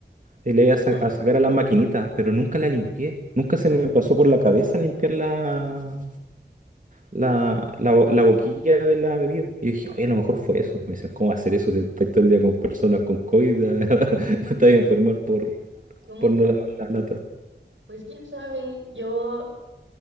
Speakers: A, on the right; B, on the right.
A: y le iba
B: Ajá.
A: a, sa- a sacar a las maquinitas, pero nunca la limpié. Nunca se me pasó por la cabeza limpiar la, la, la, bo- la boquilla de la bebida. Y yo dije, oye, a lo mejor fue eso. Me dicen, ¿cómo va a hacer eso si estás todo el día con personas con COVID? <laughs> Te vas a enfermar por,
B: ¿Cómo?
A: por no lavar la lata.
B: Pues quién sabe, yo